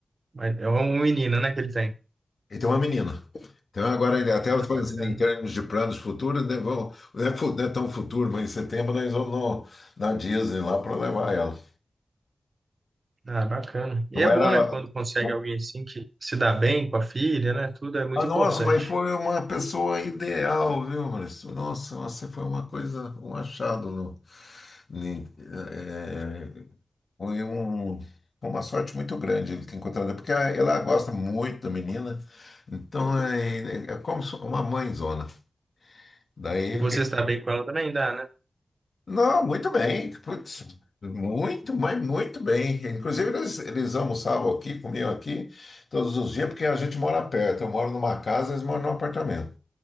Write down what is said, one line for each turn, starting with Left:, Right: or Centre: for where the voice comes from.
Right: mas é um menino, né, que ele tem.
Left: Ele tem uma menina. Então, agora, ele- até eu falando
Right: Bacana.
Left: assim, em termos de planos futuros, né, vamos- não é, fu- não é tão futuro, mas em setembro nós vamos no- na Disney lá para levar ela.
Right: Ah, bacana. E
Left: Não
Right: é
Left: era.
Right: bom, né, quando consegue
Left: não-
Right: alguém assim que se dá bem com a filha, né, tudo é muito
Left: Ah, nossa,
Right: importante.
Left: mas foi uma pessoa ideal, viu, Maurício? Nossa, você foi uma coisa, um achado. No, ni- eh, foi um- uma sorte muito grande ele ter encontrado, porque ela ela gosta muito da menina, então é, é é como se- uma mãezona. Daí
Right: E você se dá bem com ela também dá, né?
Left: Não, muito bem. Putz, muito, mas muito bem. Inclusive, eles, eles almoçavam aqui, comiam aqui todos os dias, porque a gente mora perto. Eu moro numa casa, eles moram num apartamento.